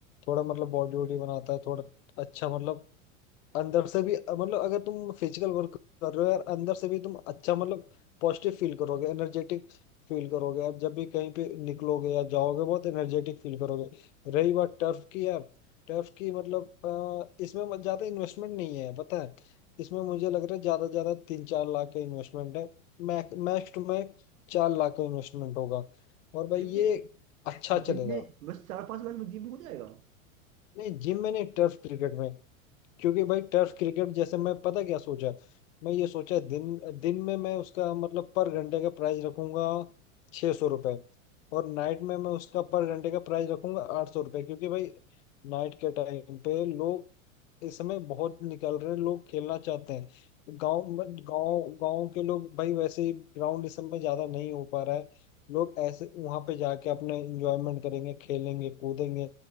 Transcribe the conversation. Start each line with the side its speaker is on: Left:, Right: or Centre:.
Left: थोड़ा मतलब बॉडी वॉडी बनाता है थोड़ा अच्छा मतलब अंदर से भी मतलब अगर तुम फिजिकल वर्क कर रहे हो यार अंदर से भी तुम अच्छा मतलब पॉजिटिव फील करोगे एनर्जेटिक फील करोगे यार जब भी कहीं पे निकलोगे या जाओगे बहुत एनर्जेटिक फील करोगे रही बात टर्फ की यार टर्फ की मतलब अ, इसमें मत- ज्यादा इन्वेस्टमेंट नहीं है पता है इसमें मुझे लग रहा है ज्यादा से ज्यादा तीन चार लाख का इन्वेस्टमेंट है मैक्स मैक्स में चार लाख का इन्वेस्टमेंट होगा और भाई
Right: जिम
Left: ये
Right: में
Left: अच्छा चलेगा
Right: जिम में बस चार पांच लाख में जिम हो जाएगा
Left: नहीं जिम में नहीं टर्फ क्रिकेट में क्योंकि भाई टर्फ क्रिकेट जैसे मैं पता क्या सोचा मैं ये सोचा दिन दिन में मैं उसका मतलब पर घंटे का प्राइस रखूंगा छह सौ रुपये और नाइट में मैं उसका पर घंटे का प्राइस रखूंगा आठ सौ रुपये क्योंकि भाई नाइट के टाइम पे लोग इस समय बहुत निकल रहे हैं, लोग खेलना चाहते हैं गांव गांव गांव के लोग भाई वैसे ही ग्राउंड इस समय ज्यादा नहीं हो पा रहा है लोग ऐसे वहां पे जाके अपने एंजॉयमेंट करेंगे खेलेंगे कूदेंगे